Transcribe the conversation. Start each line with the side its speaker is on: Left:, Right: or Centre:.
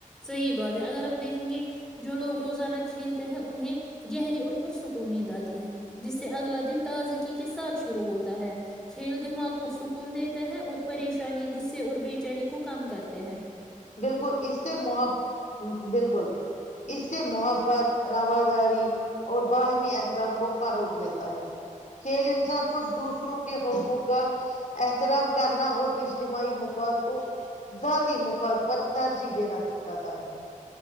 Centre: صحیح بات ہے اگر ہم دیکھیں گے جو لوگ روزانہ کھیلتے ہیں انہیں گہری اور پرسکون نیند آتی ہے جس سے اگلا دن تازکی کے ساتھ شروع ہوتا ہے کھیل دماغ کو کو سکون دیتے ہیں اور پریشانی غصے اور بےچینی کو کم کرتے ہیں
Left: بالکل اس سے محبت بالکل اس سے محبت رواداری اور باہمی احترام کو فروغ ملتا ہے کھیل انسان کو دوسروں کے حقوق کا احترام کرنا اور اجتماعی مفاد کو ذاتی مفاد پر ترجیح دینا سکھاتا ہے